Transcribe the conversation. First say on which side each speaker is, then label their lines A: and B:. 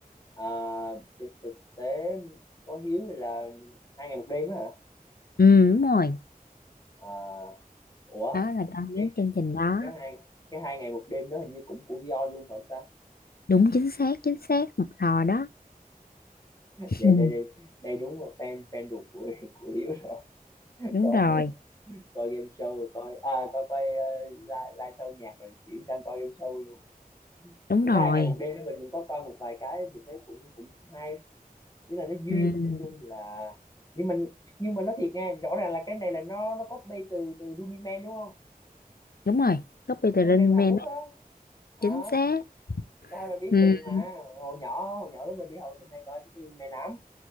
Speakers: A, on the left; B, on the left.
A: à, thực thực tế có hiếu thì là hai ngày một đêm á hả
B: ừ đúng rồi
A: à, ủa
B: đó là coi mấy
A: cái
B: chương trình đó
A: cái hai cái hai ngày một đêm đó hình như cũng của Vion luôn phải không ta
B: đúng chính xác chính xác một thò đó
A: vậy
B: <laughs>
A: đây đây đây đúng là fan fan ruột của của Hiếu rồi <laughs>
B: đúng
A: coi
B: rồi
A: coi game show rồi coi à coi coi uh, live live show nhạc rồi chuyển sang coi game show luôn
B: đúng
A: những
B: rồi
A: cái hai ngày một đêm đó mình cũng có coi một vài cái mình thấy cũng cũng cũng hay nghĩa là nó duyên
B: ừ
A: nói chung là nhưng mình nhưng mà nói thiệt nha rõ ràng là cái này là nó nó copy từ từ Running Man đúng không
B: đúng rồi copy the
A: Running
B: Running
A: Man của Hàn
B: Man
A: Quốc
B: đó
A: đó đó
B: chính xác
A: coi là biết
B: ừ.
A: liền mà hồi nhỏ hồi nhỏ đó mình đi học mình hay coi cái Running Man lắm